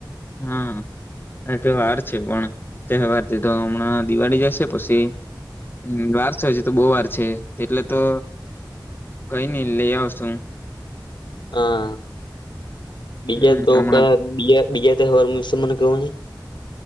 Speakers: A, on the left (about 25°); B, on the left (about 80°).
A: હા કે વાર છે, પણ તહેવાર તો હમણાં દિવાળી જશે પછી હમ વારષ જી તો, બહ વાર છે તેટલે તો કઈ નઈ લઈ આવશું.
B: હા. બીજા
A: હમ્મ,
B: તો
A: હમણાં
B: કહ બીય બીય તહેવાર વિશે મને કવની